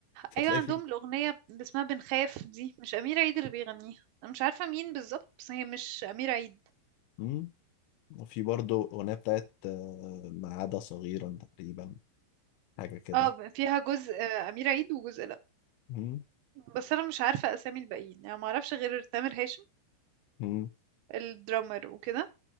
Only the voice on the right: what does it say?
ايوه عندهم
الاغنيه اللي اسمها بنخاف دي مش امير عيد اللي بيغنيها انا مش عارفه مين بالظبط بس هي مش امير عيد
اه فيها جزء آه، امير عيد وجزء لا
بس انا مش عارفه اسامي الباقيين يعني ما اعرفش غير تامر هاشم
الدرامر وكده